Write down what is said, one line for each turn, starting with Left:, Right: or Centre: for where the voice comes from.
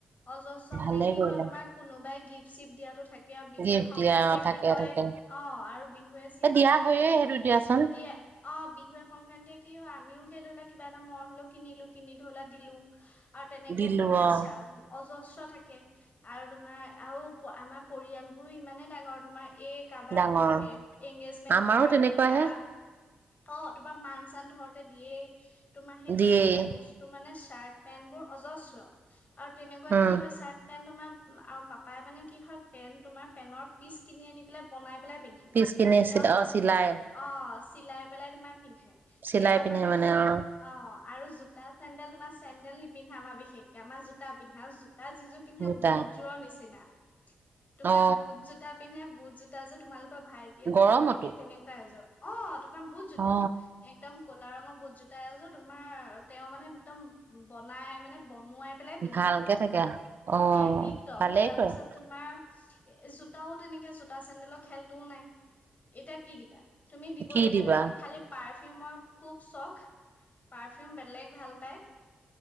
Left: অজস্ৰ
Right: ভালে
Left: মানে কি
Right: কৰিলা
Left: হয়? তোমাৰ কোনোবাই গিফ্ট চিপ দিয়াটো থাকে। কিয় বিহুৱে
Right: গিফ্ট
Left: সংক্ৰান্তিয়ে
Right: দিয়া অ তাকে
Left: কি হয়?
Right: তাকে
Left: অ আৰু বিহুৱে চিহুৱে
Right: এ দিয়া
Left: কি
Right: হয়য়ে
Left: হয়,
Right: সেইটো দিয়াচোন
Left: দিয়ে অ বিহুৱে সংক্ৰান্তিয়ে কি হয় আমিও সেই ধৰিলো কিবা এটা মৰম হলেও কিনিলো কিনি ধৰিলো দিলো। আৰু তেনেকে
Right: দিলো
Left: মানে
Right: অ
Left: চা অজস থাকে আৰু তোমাৰ আৰু আমাৰ পৰিয়াল বোৰো ইমানে ডাঙৰ তোমাৰ এই কাৰোবাৰ
Right: ডাঙৰ
Left: এংগেজমেন্ট
Right: আমাৰো
Left: কাৰ
Right: তেনেকুৱাহে
Left: বিয়া অ', তোমাৰ মান চান ধৰত দিয়েই তোমাৰ সেই
Right: দিয়েই
Left: তেনেকে বস্তু মানে চাৰ্ট পেন্ট বোৰ অজস্ৰ <unintelligible> আৰু তেনেকুৱাত
Right: উম
Left: কি হয় চাৰ্ট পেণ্ট তোমাৰ আৰু পাপ পাপাই মানে কি হয়, পেন তোমাৰ পেনৰ পিচ কিনি আনি পেলাই বনাই পেলাই পিন্ধে।
Right: পিচ কিনি
Left: তেওঁ
Right: চিল
Left: জধ
Right: অ চিলাই
Left: অ চিলাই পেলাই তোমাৰ পিন্ধে।
Right: চিলাই
Left: তেওঁ
Right: পিন্ধে
Left: মানে শেষ
Right: অ
Left: অ', আৰু জোতা চেন্দেল তোমাৰ চেন্দেল নিপিন্ধে আমাৰ বিশেষক জোতা পিন্ধাও জো তাৰ যিযোৰ পিন্ধে,
Right: জোতা
Left: বুটযোৰৰ নিচিনা। তোমাৰ
Right: অ
Left: বুট জোতা পিন্ধে বুট জোতাযোৰ তোমালোক ভাইটিয়ে
Right: গৰমতো
Left: যে পিন্ধে সেই তেনেকুৱা এজোৰ। অ', তোমাৰ বুট জোতা
Right: অ
Left: একদম ক'লা ৰঙৰ বুট জোতা এযোৰ তোমাৰ তেওঁ মানে একদম বনাই মানে বনোৱাই পেলাই পিন্ধে।
Right: ভালকে থাকে অ
Left: এই টিপটপ
Right: ভালেই
Left: তাৰপিছত
Right: কৰে
Left: তোমাৰ জোতাও তেনেকে জোত ফটা চেণ্ডেলৰ খেলতোও নাই। এতিয়া কি দিবা? তুমি দিবলগীয়া
Right: কি দিবা
Left: তেনেকে পাৰ্ফিউমৰ খুব চখ। পাৰফিউম বেলেগ ভাল পায়।